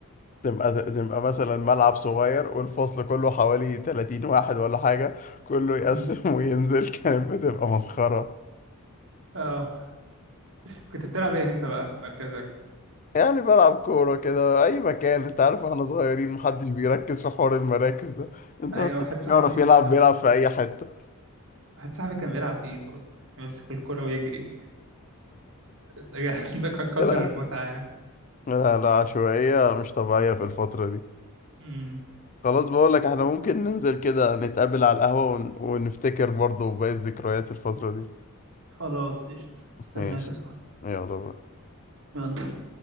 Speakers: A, on the left; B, on the right.
A: تبقى تبقى مثلا ملعب صغير والفصل كله حوالي 30 واحد ولا حاجه كله يقسم
B: أمم.
A: <laughs> وينزل كانت بتبقى مسخره
B: اه كنت بتلعب ايه انت بقى مركزك
A: يعني بلعب كوره كده اي مكان انت عارف احنا صغيرين محدش بيركز في حوار المراكز ده انت
B: ايوه واحد صاحبي
A: يعرف يلعب
B: كان
A: بيلعب في اي حته
B: واحد صاحبي كان بيلعب بإيده أصلا كان بيمسك الكرة ويجري ده <laughs> ده كان كتر
A: <laughs>
B: المتعة يعني
A: لا لا عشوائية مش طبيعية في الفترة دي
B: امم
A: خلاص بقولك احنا ممكن ننزل كده نتقابل على القهوة ون... ونفتكر برضه باقي الذكريات الفترة دي
B: خلاص قشطة استناك
A: ماشي
B: يا صاحبي
A: يلا بقى
B: يلا